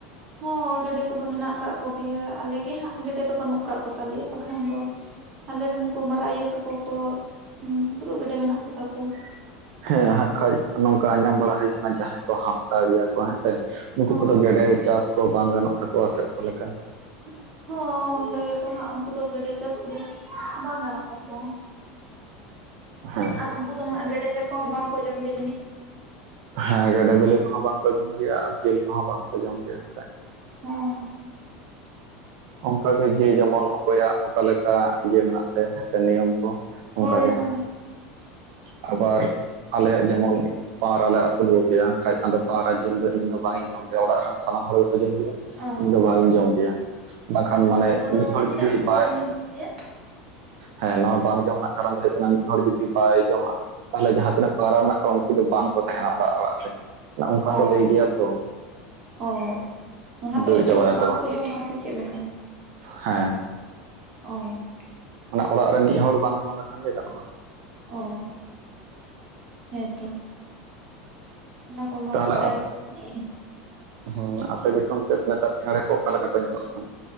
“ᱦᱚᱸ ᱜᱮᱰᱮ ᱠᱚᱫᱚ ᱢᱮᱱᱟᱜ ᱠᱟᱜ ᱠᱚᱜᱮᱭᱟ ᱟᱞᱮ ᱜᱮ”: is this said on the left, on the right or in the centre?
Right